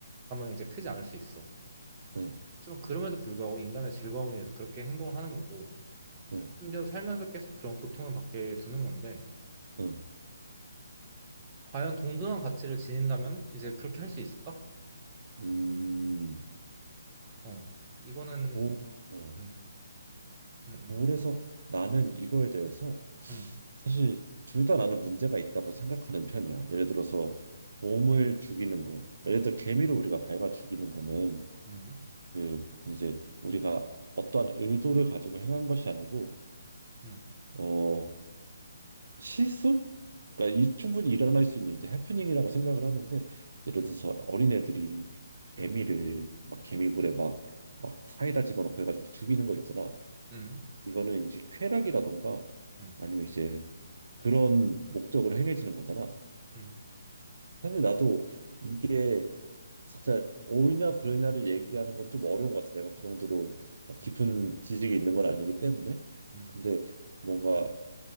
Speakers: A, on the right; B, on the right.
A: 이제 크지 않을 수 있어.
B: 응,
A: 하지만 그럼에도 불구하고 인간의 즐거움을 위해서 그렇게 행동을 하는 거고,
B: 응,
A: 심지어 살면서 계속 그런 고통을 받게 두는 건데,
B: 응.
A: 과연 동등한 가치를 지닌다면 이제 그렇게 할 수 있을까?
B: 음,
A: 어, 이거는,
B: 고, 어,
A: 음, 음, 음,
B: 그래서 나는 이거에 대해서
A: 음,
B: 사실 둘 다 나는 문제가 있다고 생각하는 편이야. 예를 들어서 곰을 죽이는 것, 예를 들어 개미를 우리가 밟아 죽이는 거는
A: 음,
B: 그 이제 우리가 어떠한 의도를 가지고 행한 것이 아니고
A: 음,
B: 어 실수? 그러니까 이, 충분히 일어날 수 있는 이제 해프닝이라고 생각을 하는데 예를
A: 음,
B: 들어서 어린애들이 개미를
A: 음,
B: 막 개미굴에 막 막 사이다 집어넣고 해가지고 죽이는 거 있잖아.
A: 음,
B: 이거는 이제 쾌락이라던가
A: 음.
B: 아니면 이제 그런 목적으로 행해지는 거잖아.
A: 음,
B: 사실 나도 이게 진짜 옳냐 그르냐를 얘기하는 건 좀 어려운 것 같아. 내가 그 정도로 막 깊은
A: 음,
B: 지식이 있는 건 아니기 때문에.
A: 음,
B: 근데 뭔가